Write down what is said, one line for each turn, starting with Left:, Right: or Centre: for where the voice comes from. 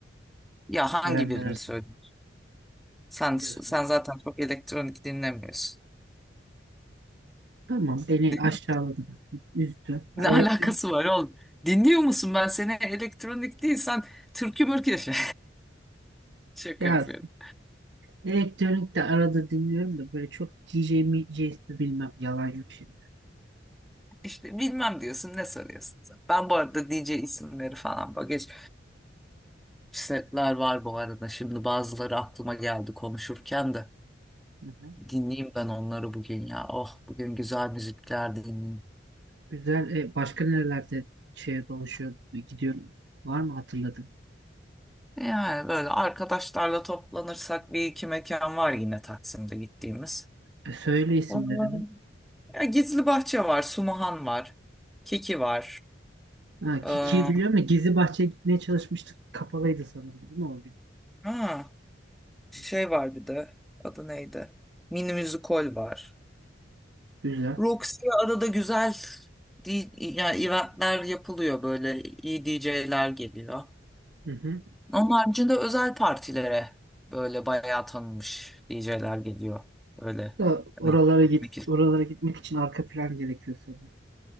Centre: ya hangi
Right: Gelenler
Centre: birini
Right: arasında
Centre: söyleyeyim? Sen
Right: diyorsun.
Centre: sen zaten çok elektronik dinlemiyorsun.
Right: Tamam beni
Centre: Dinliyor-
Right: aşağıladı. Üzdü. Ha,
Centre: Ne
Right: Elektronik
Centre: alakası var oğlum? Dinliyor musun? Ben seni elektronik değil sen türkü mürkü yaşa. <laughs> Şaka
Right: ya
Centre: yapıyorum.
Right: elektronik de arada dinliyorum da böyle çok DJ mi JS bilmem yalan yok şimdi.
Centre: İşte bilmem diyorsun ne soruyorsun sen? Ben bu arada DJ isimleri falan bak geç. Setler var bu arada şimdi bazıları aklıma geldi konuşurken de.
Right: Hı-hı.
Centre: Dinleyeyim ben onları bugün ya. Oh bugün güzel müzikler dinleyeyim.
Right: Güzel. E, başka nerelerde şeye dolaşıyor gidiyorum. Var mı hatırladın?
Centre: Yani böyle arkadaşlarla toplanırsak bir iki mekan var yine Taksim'de gittiğimiz.
Right: E, söyle isimlerini.
Centre: Onların- Ya Gizli Bahçe var, Sumahan var, Kiki var.
Right: Ha,
Centre: Ee,
Right: Kiki'yi biliyorum da Gizli Bahçe'ye gitmeye çalışmıştık. Kapalıydı sanırım değil mi o gün?
Centre: ha, şey
Right: Hı hı.
Centre: var bir de adı neydi? Mini Müzikol var.
Right: Güzel.
Centre: Roxy'ye arada güzel di- yani eventler yapılıyor böyle iyi DJ'ler geliyor.
Right: Hı hı.
Centre: Onun haricinde özel partilere böyle bayağı tanınmış DJ'ler geliyor. Öyle
Right: Da oralara
Centre: hani
Right: git,
Centre: peki.
Right: oralara gitmek için arka plan gerekiyor sanırım.